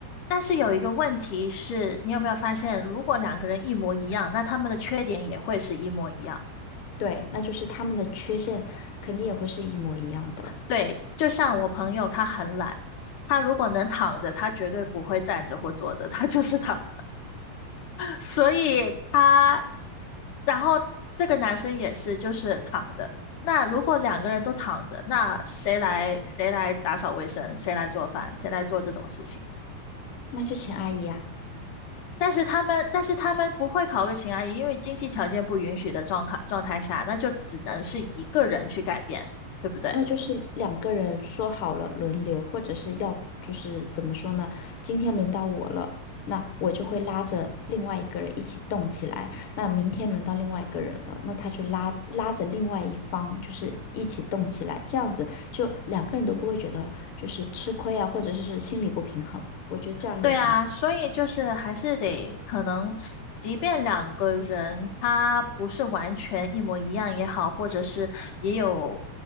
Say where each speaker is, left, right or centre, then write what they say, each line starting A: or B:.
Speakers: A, on the left (about 60°); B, on the left (about 80°).
A: 但是有一个问题是，你有没有发现，如果两个人一模一样，那他们的缺点也会是一模一样。
B: 对，那就是他们的缺陷肯定也会是一模一样的。
A: 对，就像我朋友他很懒，他如果能躺着，他绝对不会站着或坐着，他就是躺所以他，然后这个男生也是，就是躺着。那如果两个人都躺着，那谁来谁来打扫卫生，谁来做饭，谁来做这种事情？
B: 那就请阿姨啊。
A: 但是他们，但是他们不会考虑秦阿姨，因为经济条件不允许的状况状态下，那就只能是一个人去改变，对不对？
B: 那就是两个人说好了轮流，或者是要就是怎么说呢？今天轮到我了，那我就会拉着另外一个人一起动起来。那明天轮到另外一个人了，那他就拉拉着另外一方，就是一起动起来。这样子就两个人都不会觉得就是吃亏啊，或者是心里不平衡。我觉得这样也很好。
A: 对啊，所以就是还是得可能，即便两个人他不是完全一模一样也好，或者是也有